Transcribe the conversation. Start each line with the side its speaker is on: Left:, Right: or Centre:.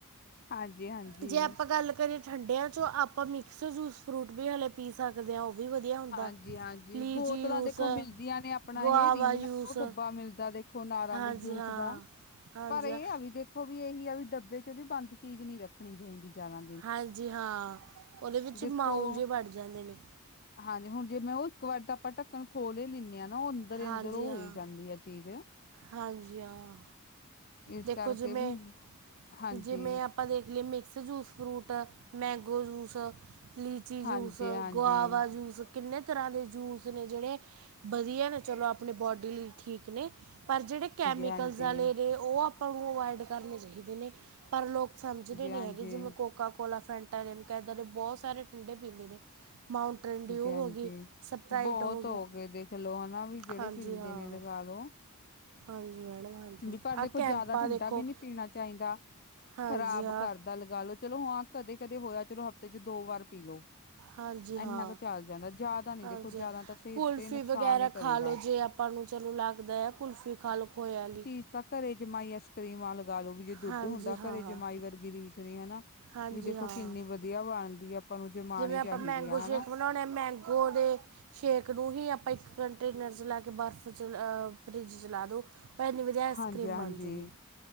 Left: ਹਾਂਜੀ-ਹਾਂਜੀ।
Right: ਜੇ ਆਪਾਂ ਗੱਲ ਕਰੀਏ ਠੰਡੇਆਂ ਚੋਂ ਆਪਾਂ ਮਿਕਸ ਜੂਸ ਫ੍ਰੂਟ ਵੀ ਹਲੇ ਪੀ ਸਾਕਦੇ ਆਂ ਓ ਵੀ ਵਦੀਆ ਹੁੰਦਾ
Left: ਹਾਂਜੀ-ਹਾਂਜੀ
Right: ਲੀਚੀ
Left: ਬੋਤਲਾਂ
Right: ਜੂਸ,
Left: ਦੇਖੋ ਮਿਲਦੀਆਂ ਨੇ ਆਪਣਾ
Right: ਗੁਆਵਾ
Left: ਇਹ ਰੀਲ
Right: ਜੂਸ
Left: ਉਹ ਡੱਬਾ ਮਿਲਦਾ ਦੇਖੋ ਅਨਾਰਾਂ
Right: ਹਾਂਜੀ
Left: ਦੇ ਜੂਸ
Right: ਹਾਂ
Left: ਦਾ,
Right: ਹਾਂਜੀ
Left: ਪਰ ਏ
Right: ਹਾਂ
Left: ਆ ਵੀ ਦੇਖ ਖੋ ਵੀ ਏਹੀ ਆ ਵੀ ਡੱਬੇ ਚ ਵੀ ਬੰਦ ਚੀਜ਼ ਨੀ ਰੱ ਖਣੀ ਚਹੀਂਦੀ ਜਾਦਾ
Right: ਹਾਂਜੀ ਹਾਂ, ਓਦੇ ਵਿੱਚ ਮਾਊਂ
Left: ਦੇਖੋ
Right: ਜੇ ਵੜ ਜਾਂਦੇ ਨੇ।
Left: ਹਾਂਜੀ ਹੁਨ ਜੇ ਓ ਮੈ ਓ ਇੱਕ ਵਾਰ ਤਾਂ ਆਪਾਂ ਢੱਕਣ ਖੋਲ ਏ ਲਿਨੇ ਆਂ ਨਾ ਓ ਅੰਦਰੇ-ਅੰਦਰ
Right: ਹਾਂਜੀ
Left: ਓ ਹੋਈ
Right: ਹਾਂ
Left: ਜਾਂਦੀ ਆ ਚੀਜ
Right: ਹਾਂਜੀ ਹਾਂ,
Left: ਇਸ
Right: ਦੇਖੋ
Left: ਕਰਕੇ
Right: ਜਿਮੇ-ਜਿਮੇ
Left: ਵੀ ਹਾਂਜੀ
Right: ਆ ਆਪਾਂ ਦੇਖ ਲੇ ਮਿਕਸ ਜੂਸ ਫ੍ਰੂਟ ਆ, ਮੈਂਗੋ ਜੂਸ ਆ ਲੀਚੀ
Left: ਹਾਂਜੀ
Right: ਜੂਸ,
Left: ਹਾਂਜੀ
Right: ਗੁਆਵਾ
Left: ਹਾਂਜੀ
Right: ਜੂਸ ਕਿੰਨੇ ਤਰਾਂ ਦੇ ਜੂਸ ਨੇ ਜੇੜੇ ਬਦੀਆ ਨੇ ਚਲੋ ਆਪਣੀ ਬੋਡੀ ਲਈ ਠੀਕ ਨੇ ਪਰ ਜੇੜੇ ਕੈਮੀਕਲਸ
Left: ਹਾਂਜੀ ਹਾਂਜੀ
Right: ਵਾਲੇ ਨੇ ਓ ਆਪਾਂ ਨੂੰ ਓਵਾਇੜ ਕਰਨੇ ਚਹੀਦੇ ਨੇ ਪਰ ਲੋਕ ਸਮਝਦੇ ਨੀ
Left: ਹਾਂਜੀ
Right: ਹੈਗੇ ਜਿਵੇਂ ਕੋਕਾ ਕੋਲਾ, ਫੈਂਟਾ, ਲੇਮਕਾ ਇਦਾਂ ਦੇ ਬੋਤ ਸਾਰੇ ਠੰਡੇ ਪੀਂਦੇ ਨੇ ਮਾਊਂਟ੍ਰੇਨਡ ਡਿਊ
Left: ਹਾਂਜੀ ਹਾਂਜੀ
Right: ਹੋ ਗੀ, ਸਪਰਾਈਟ
Left: ਬਹੁਤ
Right: ਹੋ ਗੀ
Left: ਗਏ ਦੇਖ ਲਓ ਹਨਾ ਵੀ ਜਿਹੜੇ
Right: ਹਾਂਜੀ
Left: ਪੀਂਦੇ
Right: ਹਾਂ
Left: ਨੇ ਲਗਾ ਲੋ
Right: ਹਾਂਜੀ ਮੈੜਮ ਹਾਂਜੀ।
Left: ਵੀ ਪਰ
Right: ਆ
Left: ਦੇਖੋਂ
Right: ਕੈਂਪਾ
Left: ਜਾਦਾ ਠੰਡਾ
Right: ਦੇਖੋ
Left: ਵੀ ਨੀ ਪੀਣਾ ਚਾਹੀਂਦਾ,
Right: ਹਾਂਜੀ
Left: ਖ਼ਰਾਬ
Right: ਹਾਂ
Left: ਕਰ ਤਾ ਲਗਾ ਲੋ ਚਲੋ ਹਾਂ ਕਦੇ-ਕਦੇ ਹੋਏਆ ਚਲੋ ਹਫ਼ਤੇ ਚ ਦੋ ਵਾਰ ਪੀ ਲੋ।
Right: ਹਾਂਜੀ ਹਾਂ
Left: ਐੱਨਾ ਕ ਚੱਲ ਜਾਂਦਾ ਜਾਦਾ ਨੀ
Right: ਹਾਂਜੀ
Left: ਦੇਖੋ ਜਾਦਾ
Right: ਹਾਂ।
Left: ਤਾਂ ਸੇਹਤ
Right: ਕੁਲਫੀ
Left: ਤੇ ਨਕਸਾਨ
Right: ਵਗੈਰਾ
Left: ਏ
Right: ਖਾ
Left: ਕਰੇਗਾ।
Right: ਲਓ ਜੇ ਆਪਾਂ ਨੂੰ ਚਲੋ ਲੱਗਦੈ ਕੁਲਫੀ ਖਾਲੋ ਖੋਏ ਆਲੀ।
Left: ਇਸ ਤਾਂ ਘਰੇ ਜਮਾਈ ਆਈਸ ਕ੍ਰੀਮਾਂ ਲਗਾ ਲੋ ਵੀ ਜੇ ਦੁੱਦ
Right: ਹਾਂਜੀ
Left: ਹੁੰਦਾ
Right: ਹਾਂ
Left: ਘਰੇ
Right: ਹਾਂ
Left: ਜਮਾਈ ਵਰਗੀ ਰੀਸ ਨੀ ਹਨਾ।
Right: ਹਾਂਜੀ
Left: ਵੀ ਦੇਖੋ
Right: ਹਾਂ
Left: ਕਿੰਨੀ ਵਦੀਆ ਬਾਣਦੀ ਆ ਆਪਾਂ ਨੂੰ ਜਮਾਣੀ
Right: ਜਿਵੇਂ ਆਪਾਂ
Left: ਚਾਹੀਂਦੀ
Right: ਮੈਂਗੋ
Left: ਆ ਹਨਾ।
Right: <unintelligible> ਮੈਂਗੋ ਦੇ ਛੇਕ ਨੂੰ ਹੀ ਆਪਾਂ ਇੱਕ ਕੰਟਰੀ ਨਰਸ ਲੈ ਕੇ ਬਸ ਚ ਫਰਿਜ ਚਲਾ ਦੋ ਐੰਨੀ ਵਧੀਆ ਆਈਸ
Left: ਹਾਂਜੀ
Right: ਕਰ੍ਰੀਮ
Left: ਹਾਂਜੀ
Right: ਬਣ ਦੀ ਐ